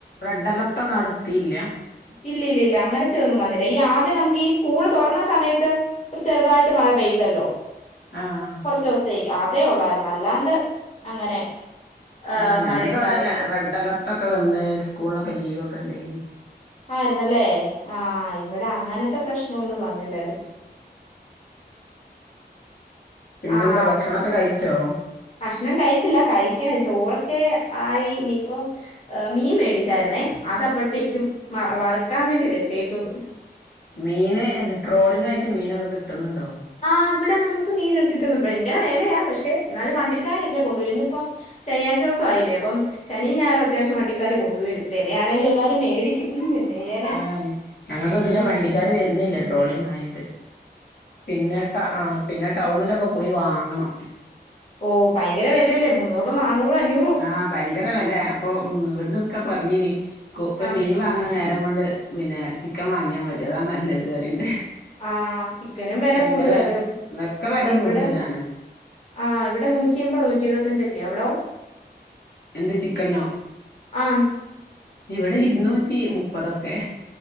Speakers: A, on the left; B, on the left.
A: റെഡ് അലർട്ടൊന്നും നടത്തിയില്ല
B: ഇല്ലില്ലില്ല അങ്ങനത്തെ ഒന്നും വന്നില്ല ഈ ആദ്യം നമുക്ക് ഈ സ്കൂള് തൊറന്ന സമയത്ത് ഒര് ചെറ്തായിട്ട് മഴ പെയ്തല്ലോ
A: ആഹ്
B: കൊറച്ച് ദിവസത്തേക്ക് അതെ ഒള്ളായിരുന്നു അല്ലാണ്ട് അങ്ങനെ ഏഹ്
A: ആഹ് ഞങ്ങക്ക്
B: മഴയും
A: ഇവിടെ
B: കാര്യങ്ങളൊന്നും
A: റെഡ് അലർട്ടോക്കെ വന്ന് സ്കൂളിനൊക്കെ ലീവ്ക്കെ ഉണ്ടയ്നി
B: ആയിരുന്നല്ലേ ആഹ് ഇവിടെ അങ്ങനത്തെ പ്രശ്നംന്നും വന്നില്ലായിരുന്നു
A: പിന്നെന്താ
B: ആഹ്
A: ഭക്ഷണൊക്കെ കഴിച്ചോ
B: ഭക്ഷണം കഴിച്ചില്ല കഴിക്കണം ചോറൊക്കെ ആയി ഇനിയിപ്പം ഏഹ് മീൻ മേടിച്ചായിരുന്നേ അത അപ്പോഴത്തേയ്ക്കും വറക്കാൻ വേണ്ടി വെച്ചേക്ക്ന്നു
A: മീന് എന്ത് ട്രോളിംഗ ആയിട്ട് മീന ക്കെ കിട്ടുന്നുണ്ടോ
B: ആഹ് ഇവിടെ നമുക്ക് മീന കിട്ടുന്നു ഭയങ്കര വിലയ പക്ഷെ എന്നാലും വണ്ടിക്കാര ഇതില കൊണ്ടുവര ന്ന് ഇപ്പം ശനിയാഴ്ച ദിവസം ആയില്ലേ അപ്പം ശനി ഞായും അത്യാവശ്യം വണ്ടിക്കാര് കൊണ്ടുവരും വെലയാണെലും എല്ലാരും മേടിക്കും മ് പിന്നെയ്യനാ
A: ഏഹ് ഞങ്ങൾക്ക് ഇതിലെ
B: <unintelligible>
A: വണ്ടിക്കാര് വരുന്നില്ല ട്രോളിംഗ് ആയിട്ട് പിന്നെ ട്ട പിന്നെ ടൗണിലൊക്കെ പോയി വാങ്ങണം
B: ഓഹ് ഭയങ്കര വെലയല്ലേ മുന്നൂറോ നാനൂറോ അഞ്ഞൂ
A: ആഹ് ഭയങ്കര വില അപ്പൊ ഇവിടന്ന് ഒക്കെ പറഞ്ഞീനി ഇപ്പ
B: ആഹ്
A: മീൻ വാങ്ങണ നേരം കൊണ്ട് പിന്നെ ചിക്കൻ വാങ്ങിയാൻ മതി അതാ നല്ലത് പറയണ്ട്
B: ആഹ് ചിക്കനും വെല
A: ഭയങ്കര
B: കൂടുതല അതെ
A: ഒക്കെ വെല
B: ഇവിടെ
A: കൂടുതലാണ്
B: ആഹ് ഇവിടെ നൂറ്റിമ്പത് നൂറ്റി എഴുപത്തഞ്ചൊക്കെ അവിടോ
A: എന്ത് ചിക്കനോ
B: ആഹ്
A: ഇവിടെ ഇരുന്നൂറ്റി മുപ്പതൊക്കെ